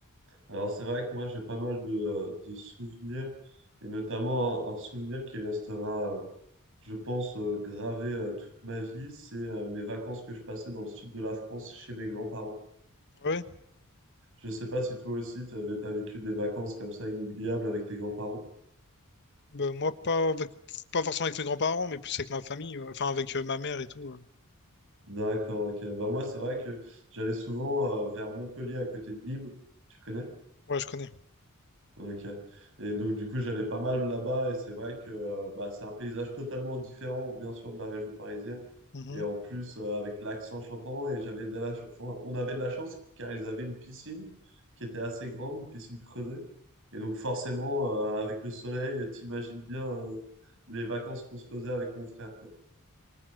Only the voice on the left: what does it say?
Ouais,
bah, moi pas, avec- pas forcément avec mes grands-parents, mais plus avec ma famille, ouais. enfin avec euh, ma mère et tout. ouais.
Ouais, je connais.
Mhm.